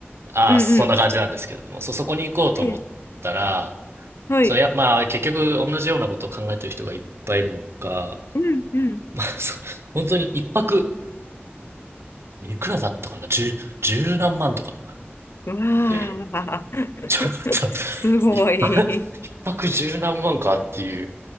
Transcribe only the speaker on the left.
うんうん
ええ、はい。
うんうん。
うわあ、
<laughs>
すごい。